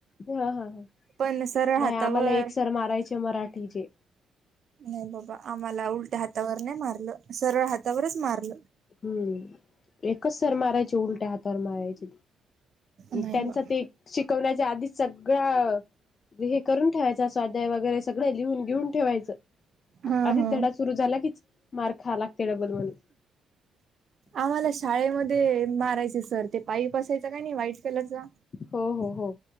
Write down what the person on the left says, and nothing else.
हा हा नाही
आम्हाला एक सर मारायचे मराठीचे.
हम्म एकच सर मारायची उलट्या हाताार मारायचे.
त्यांच
ते शिकवण्याच्या आधीच सगळं. हे करून ठेवायचा स्वाध्याय वगैरे सगळं लिहून घेऊन ठेवायचं.
आधीच
धडा सुरू झाला कीच मार खा लागते डबल म्हणून.
हो हो हो.